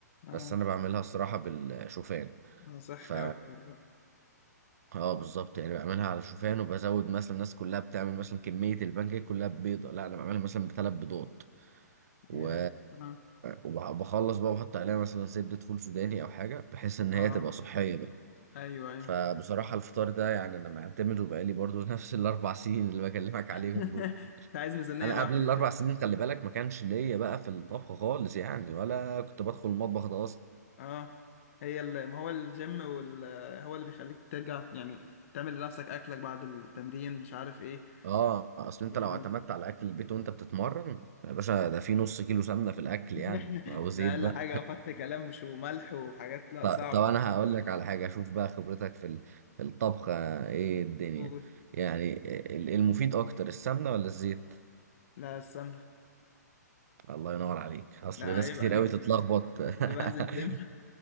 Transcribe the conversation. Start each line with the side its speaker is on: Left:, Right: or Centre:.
Left: اه
Right: بس انا بعملها الصراحه بالشوفان
Left: اه صحي
Right: ف
Left: اكتر بقى
Right: اه بالظبط يعني بعملها على شوفان وبزود مثلا الناس كلها بتعمل مثلا كميه البانكيك كلها ببيضه لا انا بعملها مثلا بثلاث بيضات و...
Left: ياه اه
Right: وبخلص بقى بحط عليها مثلا زبده فول سوداني او حاجه بحيث ان
Left: اه
Right: هي تبقى صحيه بقى
Left: ايوه ايوه
Right: فبصراحة الفطار ده يعني أنا معتمده بقالي برضو <laughs> نفس الأربع سنين اللي بكلمك عليهم
Left: <laughs>
Right: دول
Left: انت عايز ميزانيه
Right: أنا
Left: لوحدك
Right: قبل الأربع
Left: كده
Right: سنين خلي بالك ما كانش ليا بقى في الطبخ خالص يعني ولا كنت بدخل المطبخ ده أصلا
Left: اه هي ال... ما هو الجيم وال... هو اللي بيخليك ترجع يعني تعمل لنفسك اكلك بعد التمرين مش عارف ايه
Right: اه اصل انت
Left: بيخليك
Right: لو اعتمدت على اكل البيت وانت بتتمرن يا باشا ده في نص كيلو سمنه في الاكل
Left: <laughs>
Right: يعني او زيت
Left: ده اقل
Right: بقى
Left: حاجه او فتح كلام مش وملح وحاجات لا
Right: ط-
Left: صعب
Right: طب انا هقول لك على حاجه اشوف بقى خبرتك في ال- في الطبخ آه، ايه الدنيا
Left: قول
Right: يعني ال- المفيد اكتر السمنه ولا الزيت
Left: لا السمنه
Right: الله ينور عليك اصل
Left: لا
Right: ناس
Left: عيب
Right: كتير
Left: عليك
Right: قوي تتلخبط
Left: كنت بنزل
Right: <laughs>
Left: جيم